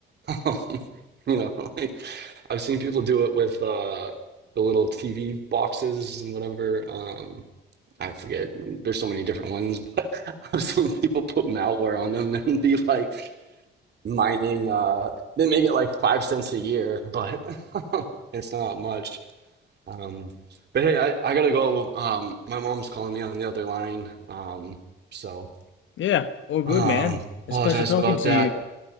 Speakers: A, on the right (about 55°); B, on the left (about 70°).
A: Um, <laughs> you know, like I've seen people do it with uh, the little TV boxes and whatever. Um, I forget. There's so many different ones, but <laughs> I've seen people put malware on them and be like mining. Uh, they make it like five cents a year, but <laughs> it's not much. Um, but hey, I, I gotta go. Um, my mom's calling me on the other line. Um, so
B: Yeah, all good,
A: um,
B: man.
A: apologize
B: It's a pleasure talking
A: about
B: to
A: that.
B: you.